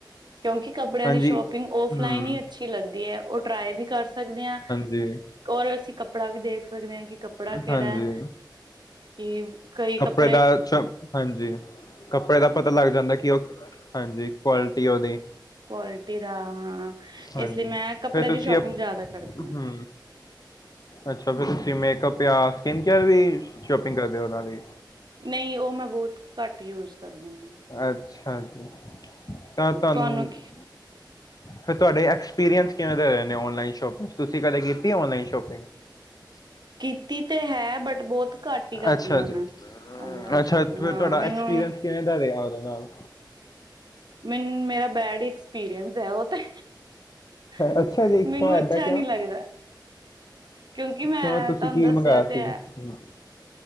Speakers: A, on the right (about 65°); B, on the left (about 55°).
A: ਕਿਉਂਕਿ ਕੱਪੜਿਆਂ
B: ਹਾਂਜੀ
A: ਦੀ ਸ਼ੋਪਿੰਗ ਔਫਲਾਈਨ
B: ਹੂੰ
A: ਹੀ ਅੱਛੀ ਲੱਗਦੀ ਏ ਔਰ ਟਰਾਈ ਵੀ ਕਰ ਸਕਦੇ ਆ।
B: ਜੀ।
A: ਔਰ ਅਸੀਂ ਕੱਪੜਾ ਵੀ ਦੇਖ ਸਕਦੇ ਆਂ ਕਿ ਕੱਪੜਾ ਕਿਹੜਾ।
B: ਹਾਂਜੀ
A: ਕੇਵ ਕਈ ਕੱਪ
B: ਤੁਹਾਡਾ <unintelligible> ਹਾਂਜੀ ਕੱਪੜੇ ਦਾ ਪਤਾ ਲੱਗ ਜਾਂਦਾ ਕਿ ਓ ਹਾਂਜੀ। ਕੁਆਲਿਟੀ ਉਹਦੀ
A: ਕੁਆਲਿਟੀ ਦਾ ਹੂੰ,
B: ਹਾਂਜੀ
A: ਇਸ ਲਈ ਮੈਂ ਕੱਪੜੇ
B: ਫਿਰ ਤੁਸੀਂ
A: ਦੀ ਸ਼ੋਪਿੰਗ
B: ਅਪ
A: ਜ਼ਿਆਦਾ ਕਰਦੀ ਆਂ।
B: ਹੂੰ ਅੱਛਾ, ਫਿਰ ਤੁਸੀਂ ਮੇਕਅਪ ਜਾਂ ਸਕਿੰਨ ਕੇਅਰ ਵੀ ਸ਼ੋਪਿੰਗ ਕਰਦੇ ਹੋ ਉਹਨਾਂ ਦੀ?
A: ਨਹੀਂ, ਓ ਮੈਂ ਬਹੁਤ ਘੱਟ ਯੂਜ ਕਰਦੀ ਆਂ।
B: ਅੱਛਾ ਜੀ। ਤਾਂ ਤਾਨੂੰ
A: ਤੁਹਾਨੂੰ
B: ਫਿਰ ਤੁਹਾਡੇ ਐਕਸਪੀਰੀਅੰਸ ਕਿਵੇਂ ਦੇ ਹੋਏ ਨੇ, ਔਨਲਾਈਨ ਸ਼ੋਪਿੰਗ? ਤੁਸੀਂ ਕਦੇ ਕੀਤੀ ਔਨਲਾਈਨ ਸ਼ੋਪਿੰਗ? <inaudible>
A: ਕੀਤੀ ਤੇ ਹੈ। ਬਟ, ਬਹੁਤ ਘੱਟ ਹੀ ਕਰਦੀ
B: ਅੱਛਾ
A: ਆਂ
B: ਜੀ
A: ਮੈਂ। ਔਨਲਾਈਨ
B: ਅੱਛਾ
A: ਸ਼ੋਪਿੰਗ
B: ਫਿਰ
A: ਹਾਂ,
B: ਤੁਹਾਡਾ
A: ਮੈਨੂੰ
B: ਐਕਸਪੀਰੀਅੰਸ
A: ਏ
B: ਕਿਵੇਂ ਦਾ ਰਿਹਾ ਉਹਦੇ ਨਾਲ?
A: ਮੈਨ, ਮੇਰਾ ਬੈਡ ਇਕਸਪੀਰੀਅੰਸ ਐ ਉਹ ਤੇ। ਹੂੰ,
B: ਅੱਛਾ ਜੀ
A: ਨੀਓ
B: ਕਿਉਂ ਐਦਾਂ
A: ਅੱਛਾ
B: ਕਿਉਂ
A: ਨੀ ਲੱਗਦਾ। ਕਿਉਂਕਿ ਮੈਂ
B: ਕਿਉਂ ਤੁਸੀਂ
A: ਤਾਨੂੰ
B: ਕੀ
A: ਦੱਸਿਆ
B: ਮੰਗਾਇਆ
A: ਤੇ
B: ਸੀ
A: ਐ।
B: ਹਮ,